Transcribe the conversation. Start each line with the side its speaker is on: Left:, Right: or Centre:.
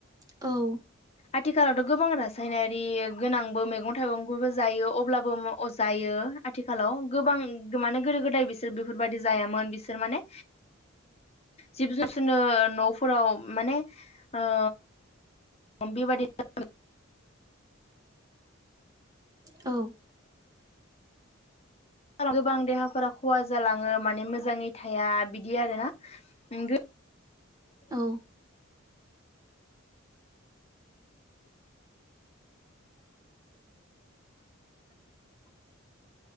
Right: औ
Left: आथिखालावथ' गोबां रासायनारि गोनांबो मैगं थाइगंफोरबो जायो अब्लाबो अ जायो। आथिखालाव गोबां माने गोदो गोदाय बिसोर बेफोरबायाददि जायामोन बिसोर माने
Right: <inaudible> <inaudible>
Left: जिब जुनसोननो न'फोराव माने ओ बेबादि नो
Right: औ
Left: गोबां देहाफोरा खहा जालाङो माने मोजाङै थाया बिदि आरो ना <unintelligible>
Right: औ <unintelligible>